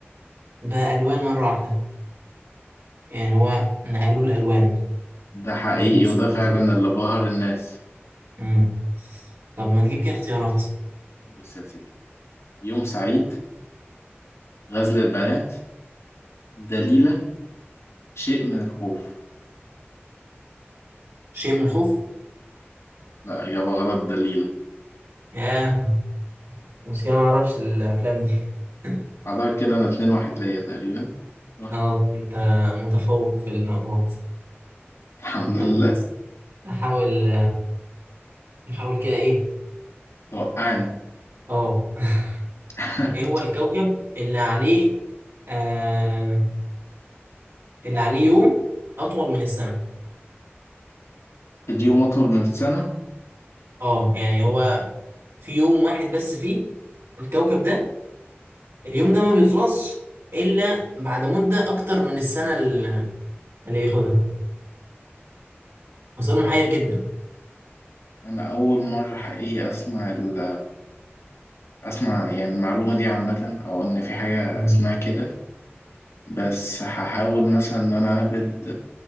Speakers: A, on the right; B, on the left.
A: بالوان مره واحده يعني هو نقلوا الالوان
B: ده حقيقي
A: يا في ناس
B: وده
A: بتعمل
B: فعلا
A: زي كده.
B: اللي بهر الناس
A: امم طب ما نجيب كده اختيارات
B: بص يا سيدي يوم سعيد غزل البنات دليلة شيء من الخوف
A: شيء من الخوف
B: لا إجابة غلط دليلة
A: يا مشكله ما اعرفش الافلام دي <laughs>
B: أعتقد كده أنا اتنين واحد ليا تقريبا أه
A: اه انت متفوق في النقاط
B: الحمد
A: طيب
B: لله
A: بص احاول احاول كده ايه
B: توقعني
A: اه <laughs>
B: <laughs>
A: ايه هو الكوكب اللي عليه آه اللي عليه يوم اطول من السنه
B: اليوم أطول من السنة
A: اه يعني هو في يوم واحد بس فيه الكوكب ده اليوم ده ما بيخلصش الا بعد مده اكتر من السنه ال- اللي بياخدها وسؤال محير جدا
B: أنا أول مرة حقيقي أسمع ال... أسمع يعني المعلومة دي عامة أو إن في حاجة
A: مم.
B: اسمها كده بس هحاول مثلا إن أنا أهبد